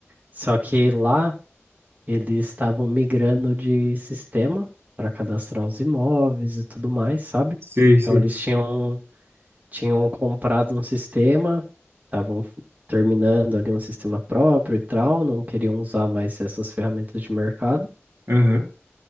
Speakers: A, on the right; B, on the right.
A: Só que lá eles estavam migrando de sistema para cadastrar os imóveis e tudo mais, sabe?
B: Sei, sei.
A: Então eles tinham tinham comprado um sistema, estavam terminando ali um sistema próprio e tal, não queriam usar mais essas ferramentas de mercado.
B: Aham.